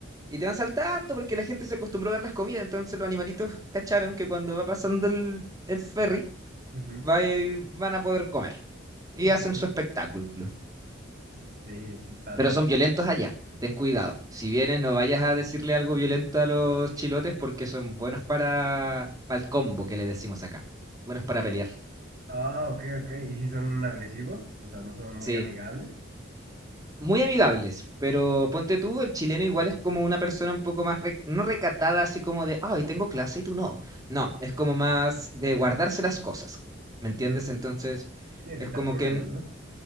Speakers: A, on the right; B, on the right.
A: Y te van saltando porque la gente se acostumbró a darles comida, entonces los animalitos cacharon que cuando va pasando el, el ferry,
B: ujú.
A: va- eh, van a poder comer y
B: <laughs>
A: hacen su espectáculo.
B: Sí, sí pasa.
A: Pero son violentos allá. Ten cuidado. Si vienes, no vayas a decirle algo violento a los chilotes porque son buenos para, para el combo que le decimos acá. Buenos para pelear.
B: Ah, ok, ok. ¿Y si son agresivos? O sea, no son muy
A: Sí.
B: amigables.
A: Muy amigables, pero ponte tú, el chileno igual es como una persona un poco más, re- no recatada, así como de, ay, tengo clase y tú no. No, es como más de guardarse las cosas, ¿me entiendes?
B: Ujú.
A: Entonces,
B: Sí, evitar
A: es como
B: problemas,
A: que
B: ¿no?